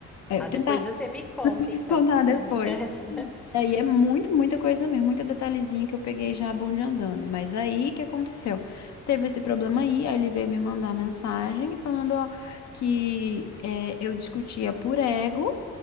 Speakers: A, on the left (about 65°); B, in the centre.
A: é,
B: Tá,
A: tentar
B: depois você me
A: <laughs>
B: conta,
A: depois
B: então.
A: contar depois.
B: Termina essa.
A: Daí é muito, muita coisa mesmo, muito detalhezinho que eu peguei já a bonde andando. Mas aí, o que aconteceu? Teve esse problema aí, aí ele veio me mandar mensagem falando, ó, que é, eu discutia por ego